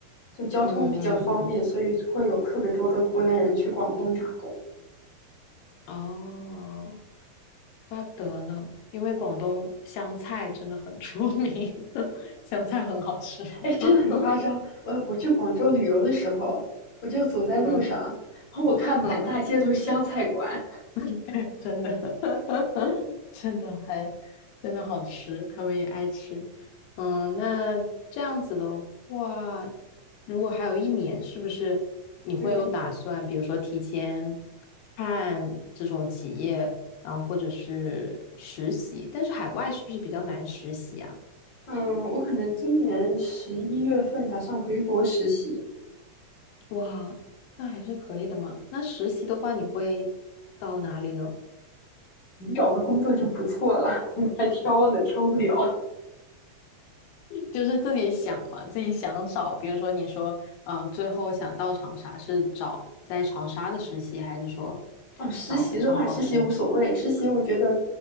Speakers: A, on the left (about 45°); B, on the left (about 90°).
A: 就交通比较方便，
B: 嗯嗯嗯，
A: 所以会有特别多的湖南人去广东打工。
B: 哦，怪不得呢，因为广东香菜真的很出名，<laughs> 香菜很好吃。<laughs>
A: 哎，真的很夸张。我我去广州旅游的时候，我就走在路上，
B: 嗯
A: 然后我看满大街都是湘菜馆。
B: 嗯嗯。<laughs> 对，真的，<laughs> 真的还真的好吃，他们也爱吃。嗯，那这样子的话，如果还有一年，是不是你会有打算，
A: 对，
B: 比如说提前看这种企业，然后或者是实习？但是海外是不是比较难实习啊？
A: 嗯，我可能今年十一月份打算回国实习，
B: 哇，那还是可以的嘛。那实习的话，你会到哪里呢？
A: 能找到工作就不错了，<laughs> 还挑呢，挑不了。
B: 就是自己想嘛，自己想找，比如说你说，呃，最后想到长沙是找在长沙的实习，还是说
A: 哦，实习的话，
B: 找北上广深的？
A: 实习无所谓，实习我觉得，